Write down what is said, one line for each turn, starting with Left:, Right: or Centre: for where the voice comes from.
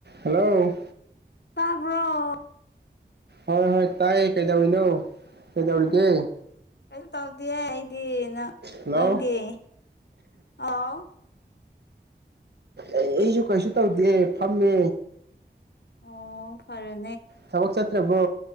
Right: Hello
Left: bro
Right: ꯍꯣꯏ ꯍꯣꯏ ꯇꯥꯏ ꯀꯩꯗꯧꯔꯤꯅꯣ ꯀꯩꯗꯧꯔꯤꯒꯦ
Left: ꯀꯩꯅꯣ ꯇꯧꯗꯦ ꯑꯩꯗꯤ ꯅꯪ
Right: ꯍꯜꯂꯣ
Left: ꯅꯪꯒꯤ ꯑꯥꯎ
Right: ꯑꯩ ꯑꯩꯁꯨ ꯀꯩꯁꯨ ꯇꯧꯗꯦ ꯐꯝꯃꯦ
Left: ꯑꯣ ꯐꯔꯦ
Right: ꯊꯕꯛ ꯆꯠꯇ꯭ꯔꯦꯕꯣ